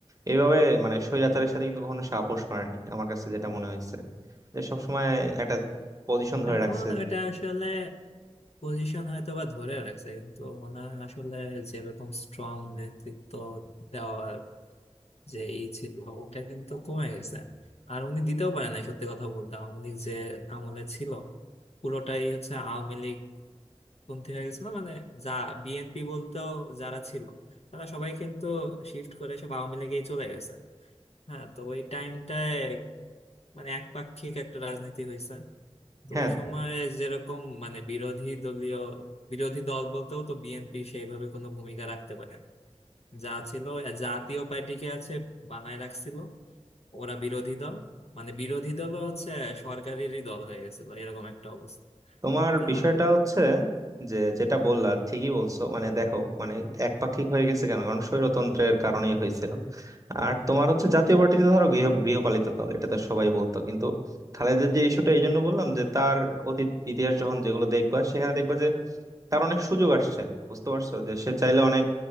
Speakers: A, on the right (about 30°); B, on the left (about 65°).
A: এইভাবে মানে স্বৈরাচারের সাথে কিন্তু কখনো সে আপোষ করেনি আমার কাছে যেটা মনে হয়েছে যে সবসময় একটা পজিশন ধরে
B: এখন
A: রাখছে
B: এটা আসলে পজিশন হয়তো বা ধরে রাখছে কিন্তু ওনার আসলে যেরকম স্ট্রং নেতৃত্ব দেওয়ার যে ই ছিল ওটা কিন্তু কমে গেছে আর উনি দিতেও পারে না সত্যি কথা বলতে আওয়ামী লীগ যে আমলে ছিল পুরোটাই হচ্ছে আওয়ামী লীগ পন্থী হয়ে গেছিল মানে যা বিএনপি বলতেও যারা ছিল তারা সবাই কিন্তু শিফট করে সব আওয়ামী লীগেই চলে গেছে হ্যাঁ তো ওই টাইমটায় মানে একপাক্ষিক একটা রাজনীতি হয়েছে তো
A: হ্যাঁ
B: ওই সময় যেরকম মানে বিরোধী দলীয় বিরোধী দল বলতেও তো বিএনপি সেইভাবে কোনো ভূমিকা রাখতে পারেনি যা ছিল জাতীয় পার্টিকে আছে বানায় রাখছিল ওরা বিরোধী দল মানে বিরোধী দলও হচ্ছে সরকারেরই দল হয়ে গেছিল এরকম একটা অবস্থা
A: তোমার
B: তা
A: বিষয়টা হচ্ছে যে যেটা বললা ঠিকই বলছো মানে দেখো মানে একপাক্ষিক হয়ে গেছে কেন কারণ স্বৈরতন্ত্রের কারণেই হয়েছিল আর তোমার হচ্ছে জাতীয় পার্টিতে ধরো গৃহ গৃহপালিত দল এটা তো সবাই বলতো কিন্তু খালেদের যে ইস্যুটা এই জন্য বললাম যে তার অতীত ইতিহাস যখন যেগুলো দেখবা সেখানে দেখবা যে তার অনেক সুযোগ আসছে বুঝতে পারছো যে সে চাইলে অনেক